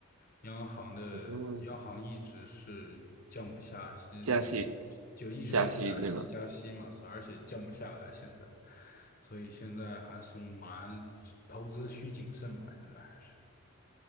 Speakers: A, on the left; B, on the right.
A: 央行的央行一直是降不下息，
B: 嗯，加息，
A: 就一直在加息加息嘛，
B: 加息对吧？
A: 而且降不下来现在，所以现在还是蛮投资需谨慎吧，现在还是。